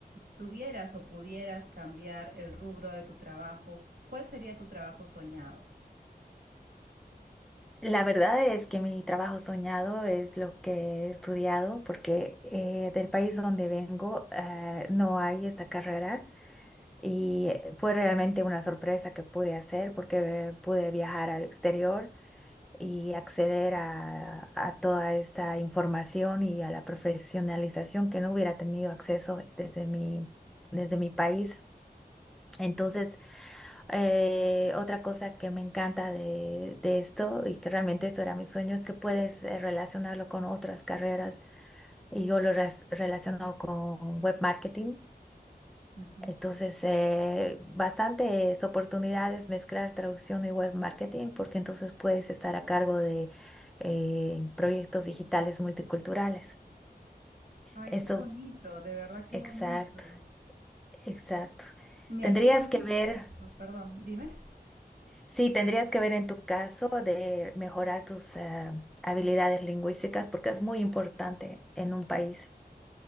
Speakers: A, on the right; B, in the centre.
A: tuvieras o pudieras cambiar el rubro de tu trabajo, ¿cuál sería tu trabajo soñado?
B: La verdad es que mi trabajo soñado es lo que he estudiado porque eh, del país donde vengo ah, no hay esta carrera y eh, fue realmente una sorpresa que pude hacer porque eh, pude viajar al exterior y acceder a, a toda esta información y a la profesionalización que no hubiera tenido acceso desde mi, desde mi país. Entonces, eh, otra cosa que me encanta de, de esto y que realmente esto era mi sueño es que puedes eh, relacionarlo con otras carreras y yo lo res- relaciono con web marketing.
A: Uh -huh.
B: Entonces, eh, bastantes oportunidades mezclar traducción y web marketing porque entonces puedes estar a cargo de eh, proyectos digitales multiculturales.
A: Ay,
B: Eso,
A: qué bonito, de verdad qué
B: exacto,
A: bonito.
B: exacto.
A: Me
B: Tendrías
A: alegra
B: que
A: mucho
B: ver.
A: eso. Perdón, dime.
B: Sí, tendrías que ver en tu caso de mejorar tus eh, habilidades lingüísticas porque es muy importante en un país.